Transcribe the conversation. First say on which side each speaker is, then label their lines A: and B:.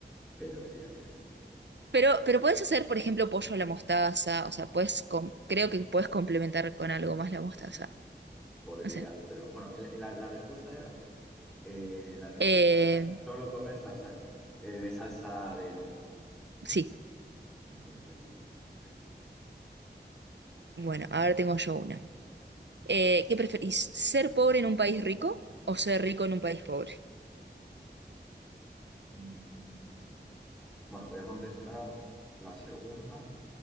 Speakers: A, in the centre; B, on the right (about 80°).
A: pero sí haría eso también.
B: Pero, pero puedes hacer, por ejemplo, pollo a la mostaza. O sea, puedes com- creo que puedes complementar con algo más la mostaza.
A: Podrías,
B: No sé.
A: pero bueno, el- la, la respuesta era, eh, la respuesta
B: Eh,
A: era solo comer salsa de tomate, eh, de salsa de mostaza.
B: sí.
A: Entonces, difícil.
B: Bueno, ahora tengo yo una. Eh, ¿qué preferís? ¿Ser pobre en un país rico o ser rico en un país pobre?
A: Mm, Bueno, voy a contestar la segunda